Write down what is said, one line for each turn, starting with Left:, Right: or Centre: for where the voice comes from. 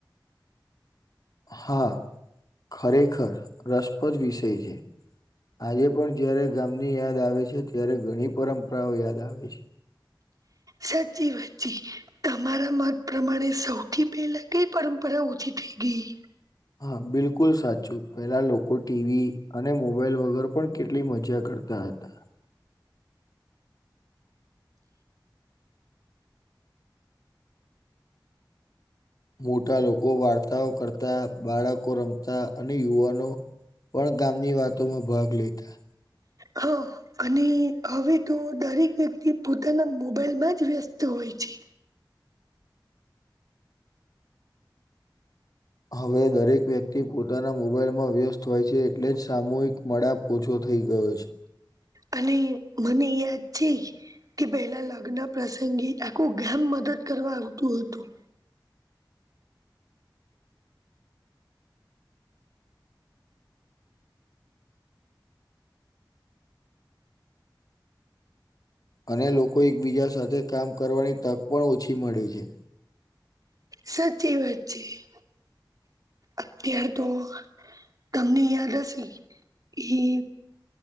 Left: હા ખરેખર રસપ્રદ વિષય છે. આજે પણ જયારે ગામની યાદ આવે છે ત્યારે ઘણી પરંપરાઓ યાદ આવે છે.
Right: સાચી વાત છે. તમારા મત પ્રમાણે સૌથી પહેલા કઈ પરંપરા ઓછી થઈ ગઈ.
Left: હા બિલકુલ સાચું પેલા લોકો ટીવી અને મોબાઈલ વગર પણ કેટલી મજા કરતા. ત હતા મોટા લોકો વાર્તાઓ કરતા બાળકો રમતા અને યુવાનો પણ ગામની વાતોમાં ભાગ લેતા
Right: હા. અને હવે તો દરેક વ્યક્તિ પોતાના મોબાઈલમાં જ વ્યસ્ત હોય છે‌.
Left: હવે દરેક વ્યક્તિ પોતાના મોબાઈલ માં વ્યસ્ત હોય છે એટલે જ સામૂહિક મડા ઓછો થઈ ગયો છે.
Right: અને મને યાદ છે કે પહેલા લગ્ન પ્રસંગે આખું ગેમ મદદ કરવા આવતું હતું
Left: અને લોકો એકબીજા સાથે કામ કરવાની તક પણ ઓછી મળે છે.
Right: સાચી વાત છે અત્યાર તો તમને યાદ હશે એ